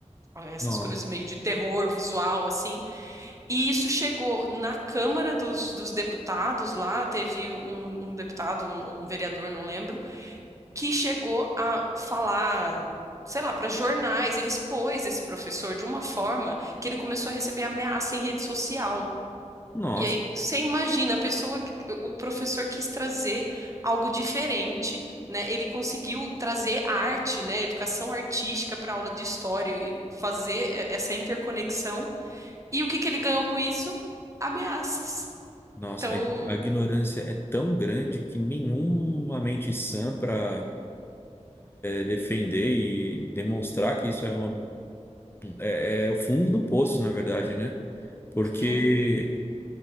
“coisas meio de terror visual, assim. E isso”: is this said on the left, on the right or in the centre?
Right